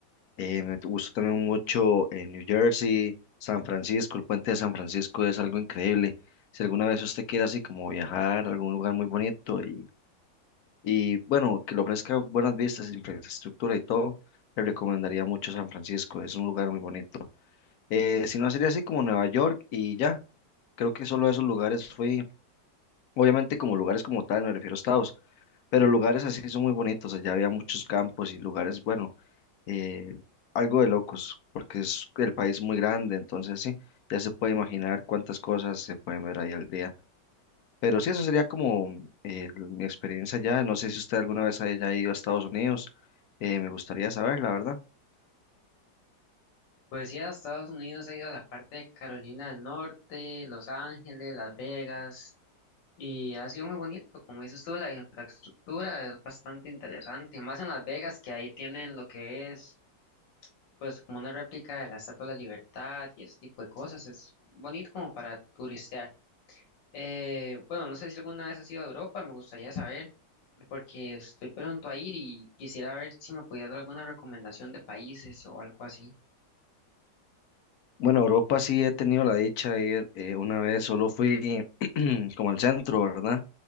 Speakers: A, on the left; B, on the left.
A: Eh, me gustó también mucho eh, New Jersey, San Francisco, el puente de San Francisco es algo increíble. Si alguna vez usted quiere así como viajar a algún lugar muy bonito y, y bueno, que le ofrezca buenas vistas, infraestructura y todo, le recomendaría mucho San Francisco, es un lugar muy bonito. Eh, si no, sería así como Nueva York y ya. Creo que solo a esos lugares fui. Obviamente como lugares como tal, me refiero a estados, pero lugares así son muy bonitos, allá había muchos campos y lugares, bueno, eh, algo de locos, porque es el país muy grande, entonces sí, ya se puede imaginar cuántas cosas se pueden ver ahí al día. Pero sí, eso sería como mm, eh, mi experiencia allá, no sé si usted alguna vez haya ido a Estados Unidos, eh, me gustaría saber, la verdad.
B: Pues sí, a Estados Unidos ha ido a la parte de Carolina del Norte, Los Ángeles, Las Vegas, y ha sido muy bonito. Como dices tú, la infraestructura es bastante interesante, más en Las Vegas, que ahí tienen lo que es, pues, como una réplica de la Estatua de la Libertad y ese tipo de cosas. Es bonito como para turistear. Eh, bueno, no sé si alguna vez has ido a Europa, me gustaría saber, porque estoy pronto a ir y quisiera ver si me podías dar alguna recomendación de países o algo así.
A: Bueno, Europa sí he tenido la dicha de ir eh, una vez, solo fui <clears throat> como al centro, ¿verdad?